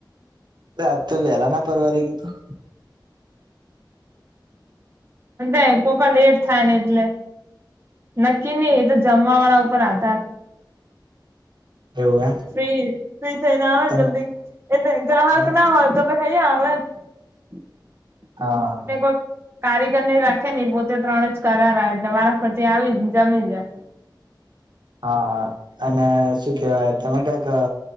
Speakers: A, on the right; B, on the right.
A: આજ તો વેલા ના પરવા રે ગીધું
B: અ કોકા લેટ થાય ને એટલે નક્કી નહ એ તો જમવા વાળા ઉપર આધાર
A: એવું એમ
B: ફ્રી ફ્રી થઈને આવે
A: તમે
B: જલ્દી એટલે ગ્રાહક
A: તમે
B: ના હોય તો ખાઈવે
A: હા હા
B: કારીગર નહી રાખે ને પોતે ત્રણે જ કરે એટલે મારા ફછ આવી જને જમી જ
A: હા અને શું કેવાય તમે કક